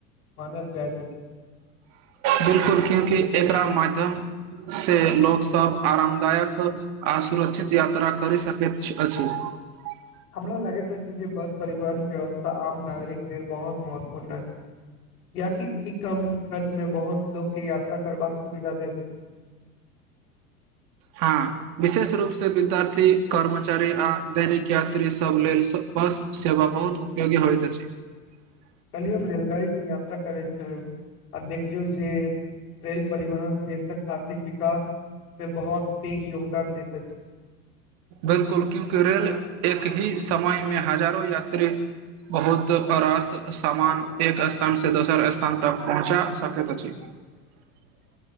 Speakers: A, on the left; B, on the right.
A: मानल जाइ त छै। <unintelligible>
B: बिल्कुल क्यूँकि एकरा माध्यमसँ लोकसभ आरामदायक आ सुरक्षित यात्रा करि सकैत अछि। <unintelligible>
A: हमरा लगैत अछि छै जे बस परिवहन व्यवस्था आम नागरिक लेल बहुत महत्वपूर्ण छै किियाकि ई कम खर्च मे बहुत लोको के यात्रा करबाक सुविधा दैत छै।
B: हँ विशेष रूपसँ विद्यार्थी कर्मचारी आ दैनिक यात्री सभ लेल बस सेवा बहुत उपयोगी होइत अछि। <unintelligible>
A: कलियी हम रेलगाड़ी से यात्रा करैत छलहु आ देखलियौ जे रेल परिवहन देशक आर्थिक विकास मे बहुत पैघ योगदान देैत अछि। <unintelligible>
B: बिल्कुल क्यूकि रेल एक ही समयमे हजारों यात्री बहुत रस सामान एक स्थानसँ दोसर स्थान तक पहुँचा सकैत अछि। <unintelligible>